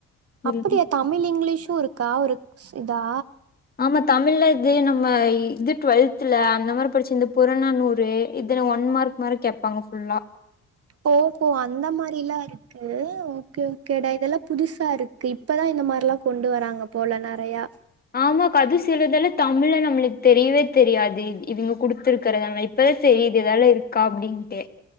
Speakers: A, on the left; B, on the right.
A: இதுல
B: அப்டியா தமிழ் இங்லீஷ் பூ இருக்கா இருக் இந்தா
A: நம்ம தமிழ்ல இது நம்ம இது டுவெல்த்துல அந்த மாரி படிச்சு இந்த புறனாநூறு இதுன்ன ஒன் மார்க் மாரி கேட்பாங்க ஃபுல்லா
B: ஓஹோ அந்த மாரிலா இருக்கு ஓகே ஓகேடா இதெல்லா புதுசா இருக்கு இப்பதா இந்த மார்லா கொண்டு வராங்க போல நெறையா
A: ஆமா கத சொல்றதெல்ல தமிழ்ல நம்மளுக்கு தெரியவே தெரியாது இவ்ங்க குடுத்துருக்கறதான இப்ப தெரியுது நல்லா இருக்கா அப்டின்ட்டு